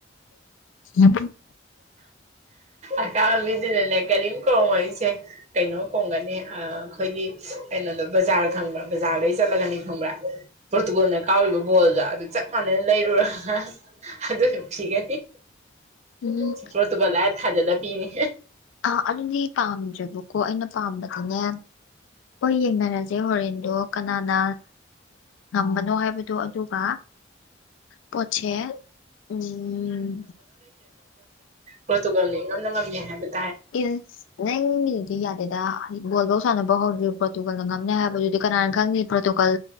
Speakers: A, on the left; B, on the right.
A: ꯌꯦ
B: ꯑꯅꯥꯕꯤꯗꯨꯗꯅꯅꯦ ꯀꯔꯤꯝ ꯀꯣꯡꯉꯝꯃꯣꯏꯁꯦ ꯀꯩꯅꯣ ꯀꯣꯡꯉꯝꯒꯅꯤ ꯑꯩꯈꯣꯏꯒꯤ ꯀꯩꯅꯣꯗꯣ ꯕꯖꯥꯔ ꯈꯪꯕ꯭ꯔꯥ ꯕꯖꯥꯔꯗꯗꯒꯤ ꯆꯠꯂꯒꯅꯤ ꯈꯪꯕ꯭ꯔꯥ ꯄꯣꯔꯇꯨꯒꯜꯅ ꯀꯥꯎꯔꯤꯕ ꯕꯣꯜꯗꯣ ꯑꯗꯨ ꯆꯞ ꯃꯥꯟꯅꯅ ꯂꯩꯔꯨꯔꯒ ꯑꯗꯨꯁꯨ ꯄꯤꯒꯅꯤ
A: ꯎꯝ
B: ꯁꯤꯄ꯭ꯔꯣꯇꯨꯀ ꯍꯥꯏ ꯊꯥꯖꯜꯂ ꯄꯤꯅꯦ
A: ꯑꯥ ꯑꯗꯨꯗꯤ ꯄꯥꯝꯗ꯭ꯔꯦꯕꯀꯣ ꯑꯩꯅ ꯄꯥꯝꯕꯗꯤꯅꯦ ꯍꯣꯏ ꯌꯦꯡꯅꯔꯁꯦ ꯍꯣꯔꯦꯟꯗꯣ ꯀꯅꯥꯅ ꯉꯝꯕꯅꯣ ꯍꯥꯏꯕꯗꯣ ꯑꯗꯨꯒ ꯄꯣꯠꯁꯦ ꯎꯝ
B: ꯄ꯭ꯔꯣꯇꯨꯒꯜꯅꯤ ꯉꯝꯗ ꯉꯝꯃꯦ ꯍꯥꯏꯕꯅꯤ
A: ꯏꯁ ꯅꯪꯒꯤꯗꯨꯗꯤ ꯌꯥꯗꯦꯗ ꯍꯥꯏꯗꯤ ꯕꯣꯜ ꯐꯥꯎ ꯁꯥꯟꯅꯕ ꯍꯧꯗ꯭ꯔꯤꯕ ꯄ꯭ꯔꯣꯇꯨꯒꯜꯅ ꯉꯝꯅꯦ ꯍꯥꯏꯕ ꯑꯗꯨꯗꯤ ꯀꯅꯥꯅ ꯈꯪꯗꯦ ꯄ꯭ꯔꯣꯇꯨꯀꯜ